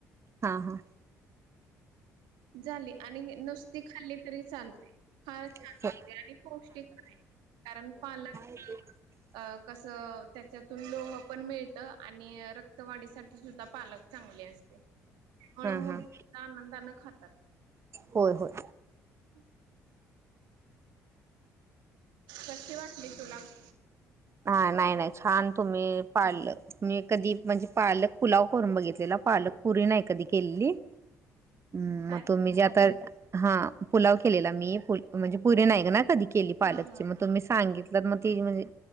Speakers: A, on the right; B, on the right.
A: हा हा,,
B: झाली, आणि नुसती खाल्ली तरी चालते. फार छान
A: हो
B: लागते. आणि पौष्टिकपणे कारण पालक
A: हा <inaudible>
B: अ कसं त्याच्यातून लोह पण मिळतं, आणि रक्तवाढीसाठी सुद्धा पालक चांगले असत. त्यामु
A: हां
B: मु
A: हां
B: <unintelligible> लांना आनंदने खातात
A: होय होय
B: <inaudible> कशी वाटली तुला? <inaudible>
A: हा नाही नाही छान तुम्ही पाळलं मी कधी म्हणजे पालक पुलाव करून बघितलेला, पालक पुरी नाही कधी केलेली <inaudible> ह
B: काय
A: मग तुम्ही जे आता हा पुलाव केलेला मी म्हणजे पुरी नाई ना कधी केली. पालकची
B: हा हा
A: मग
B: हा
A: तुम्ही सांगितलं मग ती म्हणजे